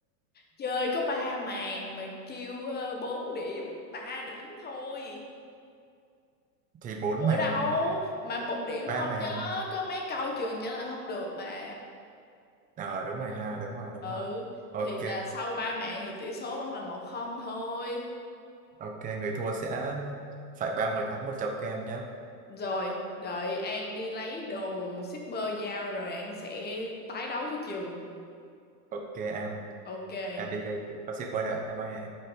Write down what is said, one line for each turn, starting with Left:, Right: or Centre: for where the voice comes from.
Left: chơi có ba màn mà kêu ờ, bốn điểm ba điểm thôi
Right: thì bốn
Left: ủa
Right: màn
Left: đâu mà một điểm
Right: ba
Left: thôi
Right: màn
Left: chứ có mấy câu trường trả lời không được mà
Right: ờ đúng rồi ha đúng rồi đúng
Left: ừ
Right: rồi ok
Left: thì là sau ba màn thì tỷ số vẫn là một không thôi
Right: ok người thua sẽ phải ba người thắng một chầu kem nhé
Left: rồi đợi An đi lấy đồ shipper giao rồi An sẽ tái đấu với trường
Right: ok An
Left: ok
Right: An đi đi có shipper đợi bye bye An